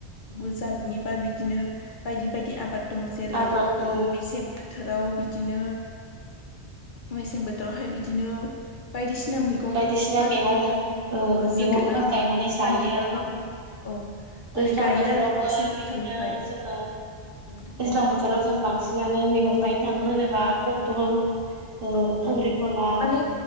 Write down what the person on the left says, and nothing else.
<unintelligible> जादनि बा बिदिनो बायदि बायदि आबाद दं जेरै
मेसें बोथ थोराव बिदिनो मेसें बोथोरावहाय बिदिनो बायदिसि सिना मैगं
बा
बिदिनो
जोगोनार
फानि लाव
औ
माने गायो
आरो मेसें बोथोरावहाय।
औ औ
औ
औ
औ माने